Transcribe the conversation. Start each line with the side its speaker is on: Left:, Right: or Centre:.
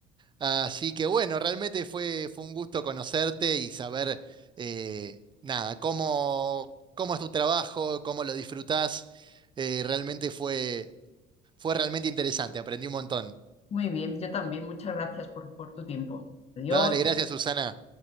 Right: Así que bueno, realmente fue, fue un gusto conocerte y saber, eh, nada, cómo, cómo es tu trabajo, cómo lo disfrutás. Eh, realmente fue, fue realmente interesante, aprendí un montón.
Left: Muy bien, yo también. Muchas gracias por, por tu tiempo. Adiós.
Right: Dale, gracias, Susana.